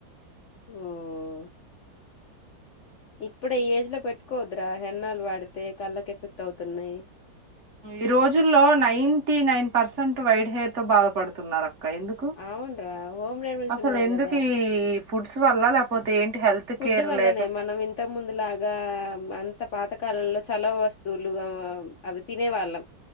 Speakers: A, on the left; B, on the right.
A: ఉమ్ ఇప్పుడే ఆ ఈ ఏజ్ లో పెట్టుకోవదురా హేన్నాలు వాడితే కళ్ళకి ఎఫెక్ట్ అవుతున్నాయి
B: ఈ రోజుల్లో ninety nine percent white hair తో బాధపడుతున్నారు అక్క అ ఎందుకు
A: అవున్రా హోమ్ రెమెడీస్
B: అస్సలు
A: ఉన్నాయి
B: ఎందుకు
A: కదా
B: ఈ ఫుడ్స్ వల్ల లేపోతే ఏంటి హెల్త్
A: ఫుడ్
B: కేర్
A: వల్లనే
B: లేక
A: మనం ఇంత ముందు లాగా అ అంత పాతకాలంలో చాలావా వస్తువులు అవి తినే వాళ్ళం